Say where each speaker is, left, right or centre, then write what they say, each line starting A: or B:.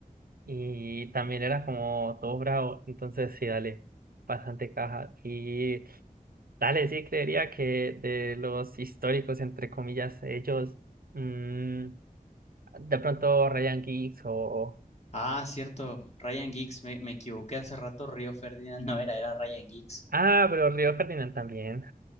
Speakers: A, on the right; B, on the left.
A: Y también era como todo bravo, entonces sí, dale, bastante caja. Y dale, sí, creería que de los históricos, entre comillas, ellos, mm, de pronto Ryan Giggs o...
B: Ah, cierto, Ryan Giggs, me, me equivoqué hace rato, Río Ferdinand <laughs> no era, era Ryan Giggs.
A: Ah, pero Río Ferdinand también,